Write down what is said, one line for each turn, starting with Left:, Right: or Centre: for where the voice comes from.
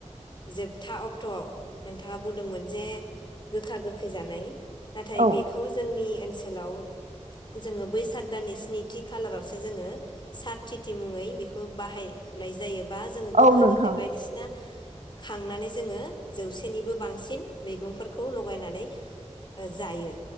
Left: जोबथा अक्ट'आव नोंथाङा बुंदोंमोन जे गोखा गोखै जानाय नाथाय
Right: औ
Left: बेखौ जोंनि ओनसोलाव जोङो बैसाग दाननि स्निथि खालारावसो जोङो साथिथि मुङै बेखौ बाहायनाय जायो बा जोङो गोखा
Right: औ नोंथां
Left: गोखै बायदिसिना खांनानै जोङो जौसेनिबो बांसिन मैगंफोरखौ लगायनानै जायो